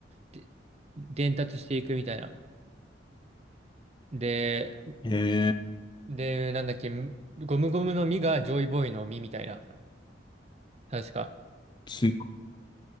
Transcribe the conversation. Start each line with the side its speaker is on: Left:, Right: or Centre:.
Right: で伝達していくみたいな。で、
Left: へえ
Right: で、なんだっけ、ゴムゴムの実がジョイボーイの実みたいな。確か。
Left: つ